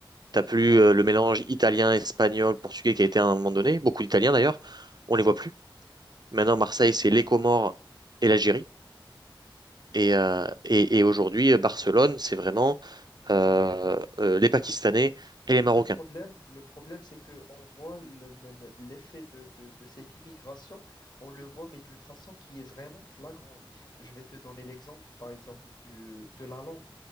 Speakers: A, on the right (about 55°); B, on the left (about 55°).
A: T'as plus
B: Ah
A: euh,
B: ouais.
A: le mélange italien, espagnol, portugais qui a été à un moment donné, beaucoup d'Italiens d'ailleurs, on les voit plus. Maintenant, Marseille, c'est les Comores et l'Algérie. Et, euh, et, et aujourd'hui, euh, Barcelone, c'est vraiment euh, euh, les Pakistanais et les Marocains.
B: Le problème, le problème, c'est que on voit le- le- le- l'effet de, de- de cette immigration, on le voit, mais d'une façon qui est vraiment flagrante. Je vais te donner l'exemple, par exemple, du, de la langue.